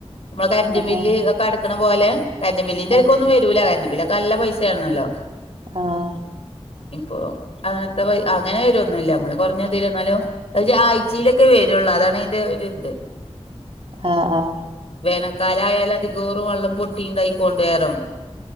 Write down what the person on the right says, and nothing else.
ആഹ്
ആഹ്
ആഹ്
ആഹ് ആഹ്